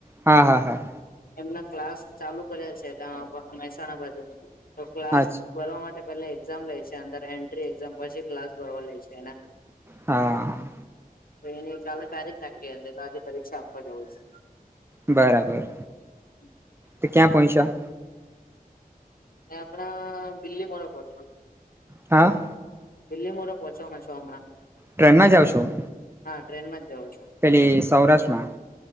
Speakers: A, on the right; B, on the left.
A: હા હા હા
B: એમના ક્લાસ ચાલુ કરેલ છે ત્યાં મહેસાણા બાજુ. તો ક્લાસ
A: અચ્
B: ભરવા માટે પહેલા એક્ઝામ લે છે અંદર એન્ટ્રી એક્ઝામ પછી ક્લાસ ભરવા લે છે એના.
A: હા.
B: તો એની કાલે તારીખ નાખી હતી તો આજે પરીક્ષા આપવા જવું છે.
A: બરાબર.
B: <inaudible>
A: તો ક્યા પહોંચ્યા.
B: એ આપડા બિલ્લીમોરા પાસે.
A: હા.
B: વિલ્લીમોરા પહોંચવાનો છું હમણાં.
A: ટ્રેનમાં જાવ છો.
B: હા ટ્રેનમાં જ જઉં છું.
A: પેલી સૌરાષ્ટ્રમાં.